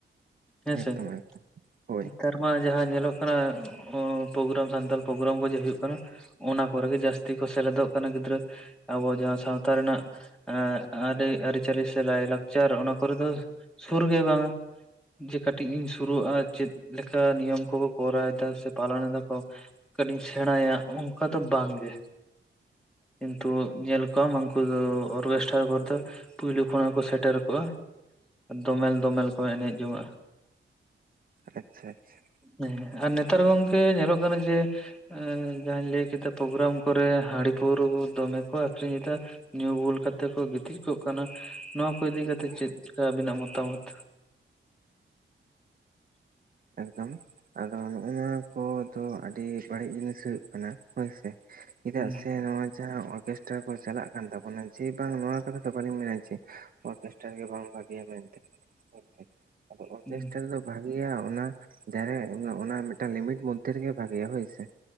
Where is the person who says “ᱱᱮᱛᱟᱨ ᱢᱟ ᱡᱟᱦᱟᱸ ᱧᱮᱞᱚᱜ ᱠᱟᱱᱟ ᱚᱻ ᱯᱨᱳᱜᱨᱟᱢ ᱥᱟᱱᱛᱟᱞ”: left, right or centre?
Centre